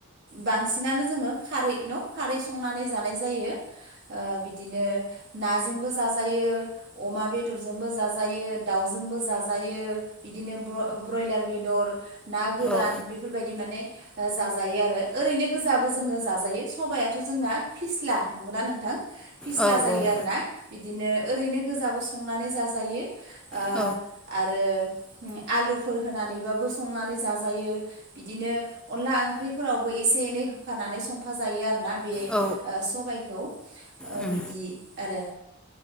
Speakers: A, on the right (about 55°); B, in the centre.
A: बांसिनानो जोङो खारै न' खारै संनानै जानाय जायो। ओ बिदिनो नाजोंबो जाजायो अमा बेदरजोंबो जाजायो दाउजोंबो जाजायो बिदिनो ब्र ब्रयलार बेदर ना गोरान
B: औ
A: बेफोर बेबायदि माने ओ जाजायो आरो ओरैनो गोजाबो जोङो जाजायो सबायाथ' जोंना फिस्ला नंगौना नोंथां? फिस्ला
B: औ
A: जायो
B: औ
A: आरोना बिदिनो ओरैनो गोजाबो संनानै जाजायो ओ
B: औ
A: आरो उम आलुफोर होनानैबाबो संनानै जाजायो बिदिनो अनला ओंख्रिफोरावबो एसे एनै होफानानै संफाजायो आरोना। बे ओ
B: औ
A: सबायखौ ओ
B: उम
A: बिदि आरो